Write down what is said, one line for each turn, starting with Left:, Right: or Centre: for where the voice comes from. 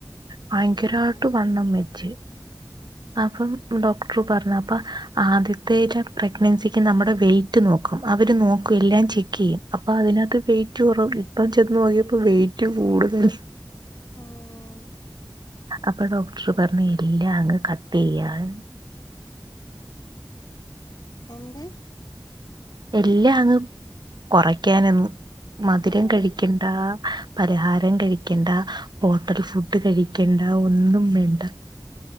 Right: ഭയങ്കരാട്ട്
Left: ആഹ്
Right: വണ്ണം വെച്ച്. അപ്പം ഡോക്ടർ പർഞ്ഞ പ്പ ആദ്യത്തെ <unintelligible> പ്രഗ്നൻസിക്ക് നമ്മടെ വെയ്റ്റ് നോക്കും. അവര് നോ എല്ലാം ചെക്കെയ്യും. അപ്പൊ അതിനകത്ത് വെയിറ്റ് കൊറവ്. ഇപ്പം ചെന്ന് നോക്കിയപ്പോ വെയിറ്റ് കൂടുതല്
Left: ഏഹ്
Right: അപ്പൊ ഡോക്ടർ പർഞ്ഞ് എല്ലാം അങ്ങ് കട്ട് ചെയ്യാൻ
Left: എന്ത്?
Right: എല്ലാ അങ്ങ് കൊറക്കാനന്ന് മധുരം
Left: ഏഹ്
Right: കഴിക്കാണ്ടാ പരഹാരം കഴിക്കണ്ട, ഹോട്ടൽ ഫുഡ് കഴിക്കണ്ട, ഒന്നും വേണ്ട